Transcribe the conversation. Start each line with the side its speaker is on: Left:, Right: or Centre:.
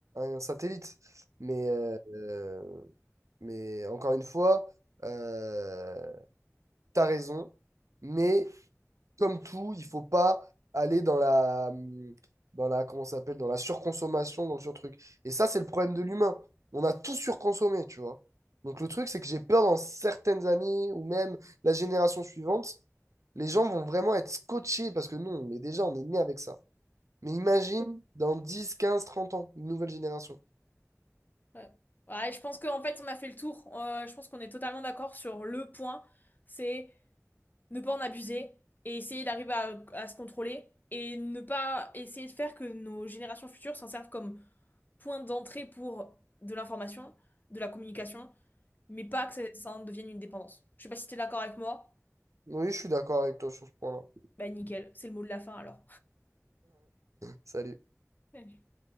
Right: un satellite. Mais, euh, euh, mais encore une fois, euh, t'as raison. Mais comme tout, il faut pas aller dans la, hum, dans la, comment ça s'appelle, dans la surconsommation, dans le surtruc. Et ça, c'est le problème de l'humain. On a tout surconsommé, tu vois. Donc le truc, c'est que j'ai peur dans certaines années ou même la génération suivante, les gens vont vraiment être scotchés parce que nous, on est déjà, on est né avec ça. Mais imagine dans 10 15 30 ans, une nouvelle génération.
Left: Ouais. Ouais, je pense qu'en fait, on a fait le tour. Euh, je pense qu'on est totalement d'accord sur le point. C'est ne pas en abuser et essayer d'arriver à, à se contrôler et ne pas essayer de faire que nos générations futures s'en servent comme point d'entrée pour de l'information, de la communication, mais pas que ça, ça en devienne une dépendance. Je sais pas si t'es d'accord avec moi.
Right: Oui, je suis d'accord avec toi sur ce point-là. <laughs>
Left: Bah nickel, c'est le mot de la fin alors.
Right: Salut.
Left: <laughs>